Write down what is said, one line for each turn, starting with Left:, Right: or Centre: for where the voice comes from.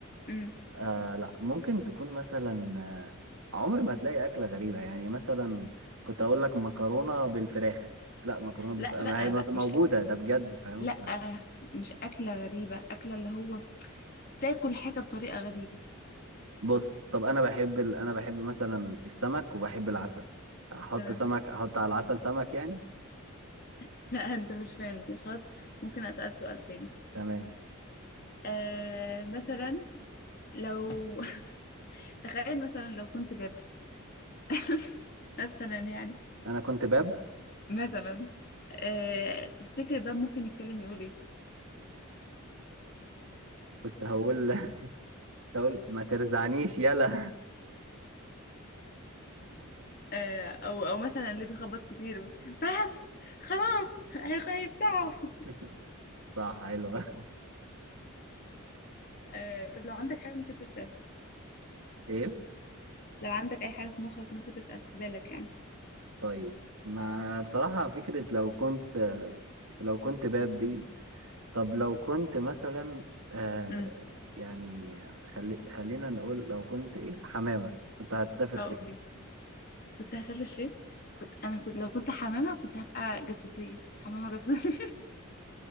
Left: مم.
Right: آه لا ممكن تكون مثلا آه، عمر ما هتلاقي اكله غريبه يعني مثلا كنت اقول لك مكرونه بالفراخ لا مكرونه بالفراخ
Left: لا لا
Right: ما هي مت-
Left: لا
Right: موجوده
Left: مش
Right: ده بجد فاهم
Left: لا
Right: ف...
Left: مش اكله غريبه اكله اللي هو تاكل حاجه بطريقه غريبه
Right: بص طب انا بحب ال... انا بحب مثلا السمك وبحب العسل احط
Left: تمام
Right: سمك احط على العسل سمك يعني
Left: <laughs> لا انت مش فاهم دي خلاص ممكن اسال سؤال تاني
Right: تمام
Left: آه مثلا لو <laughs> تخيل مثلا لو كنت باب <laughs> مثلا يعني
Right: انا كنت باب
Left: مثلا آه تفتكر الباب ممكن يتكلم يقول ايه
Right: كنت هقول <laughs> تقول ما ترزعنيش يلا
Left: آه او او مثلا اللي بيخبط كتير بس خلاص هيخ- هيفتحوا
Right: <laughs> صح حلوة
Left: آه طب لو عندك حاجة ممكن تسأل
Right: ايه
Left: لو عندك اي حاجة في مخك ممكن تسأل في بالك يعني
Right: طيب ما بصراحة فكرة لو كنت لو كنت باب دي طب لو كنت مثلا آه
Left: امم
Right: يعني خلي خلينا نقول لو كنت ايه حمامة كنت هتسافر
Left: اه
Right: فين
Left: اوكي كنت هسافر فين كنت انا كنت لو كنت حمامة كنت هبقى جاسوسية حمامة جاسوسية